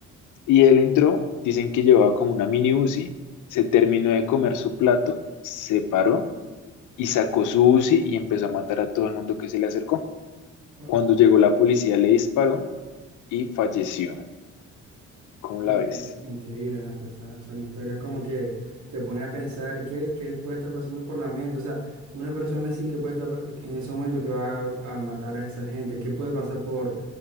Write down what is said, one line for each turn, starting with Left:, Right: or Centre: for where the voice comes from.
Left: Y él entró, dicen que llevaba como una mini uzi, se terminó de comer su plato, se paró y sacó su uzi y empezó a matar a todo el mundo que se le acercó.
Right: Wow.
Left: Cuando llegó la policía le disparó y falleció. ¿Cómo
Right: incre-
Left: la ves?
Right: increíble, ¿no? Que, o sea, son historias como que te pone a pensar qué, qué puede estar pasando por la mente. O sea, una persona así que puede estar pa- en ese momento que va a, a matar a esa gente, qué puede pasar por